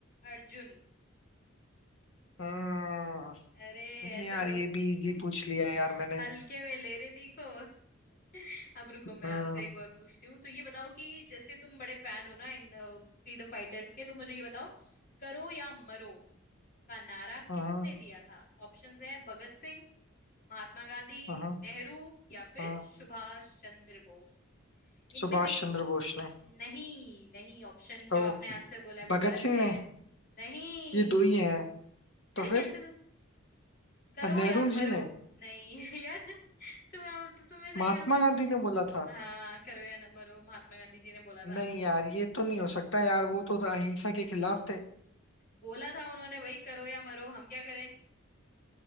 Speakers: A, on the left (about 45°); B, on the left (about 65°).
A: अर्जुन
B: हम्म
A: अरे ऐसे
B: यार
A: तो
B: ये भी इजी
A: <laughs>
B: पूछ लिया यार मैंने
A: हल्के में ले रही थी को <laughs> अब रुको मैं
B: हम्म
A: आपसे एक और पूछती हूँ तो ये बताओ कि जैसे तुम बड़े फैन हो ना इन फ्रीडम फाइटर्स के तो मुझे ये बताओ करो या मरो का नारा
B: हम्म
A: किसने दिया था ऑप्शंस है भगत सिंह महात्मा गांधी
B: हम्म
A: नेहरू या फिर
B: हम्म
A: सुभाष चंद्र बोस इनमें
B: सुभाष
A: से
B: चंद्र बोस ने
A: नहीं नहीं ऑप्शन जो
B: तो
A: आपने आंसर बोला है वो
B: भगत
A: गलत
B: सिंह
A: है
B: ने
A: नहीं
B: ये दो ही हैं
A: अरे
B: तो
A: कैसे
B: फिर
A: तो? करो
B: नेहरू
A: या मरो
B: जी ने
A: नहीं <laughs> यार तुम्हें तो तुम्हें सही
B: महात्मा
A: आंसर
B: गांधी ने बोला था
A: हाँ करो या न मरो महात्मा गांधी जी ने बोला था
B: नहीं यार ये तो नहीं हो सकता यार वो तो अहिंसा के खिलाफ थे
A: बोला था उन्होंने भाई करो या मरो हम क्या करें